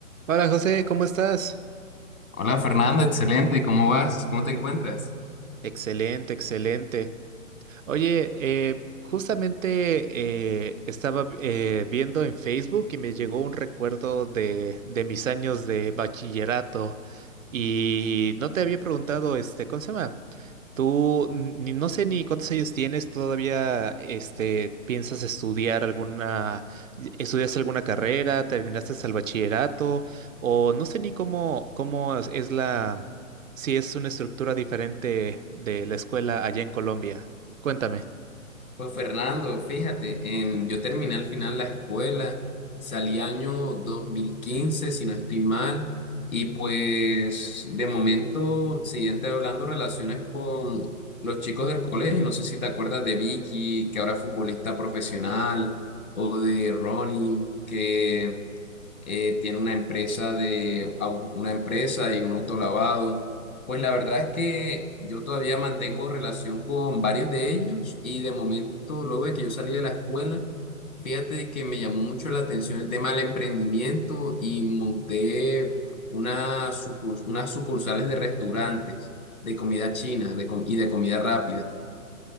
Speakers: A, on the right (about 65°); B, on the left (about 75°).
A: Hola José, ¿cómo estás?
B: Hola Fernando, excelente, ¿cómo vas? ¿Cómo te encuentras?
A: Excelente, excelente. Oye, eh, justamente eh, estaba eh, viendo en Facebook y me llegó un recuerdo de, de mis años de bachillerato y no te había preguntado, este, ¿cómo se llama? Tú, n- ni, no sé ni cuántos años tienes, todavía, este, piensas estudiar alguna, estudias alguna carrera, terminaste el bachillerato o no sé ni cómo, cómo es la, si es una estructura diferente de la escuela allá en Colombia. Cuéntame.
B: Pues Fernando, fíjate, em, yo terminé al final la escuela, salí año 2015, si no estoy mal, y pues de momento siguiente hablando relaciones con los chicos del colegio, no sé si te acuerdas de Vicky, que ahora es futbolista profesional, o de Ronnie, que eh, tiene una empresa de au- una empresa y un autolavado. Pues la verdad es que yo todavía mantengo relación con varios de ellos y de momento, luego de que yo salí de la escuela, fíjate que me llamó mucho la atención el tema del emprendimiento y monté una sucurs- unas sucursales de restaurantes de comida china de com- y de comida rápida.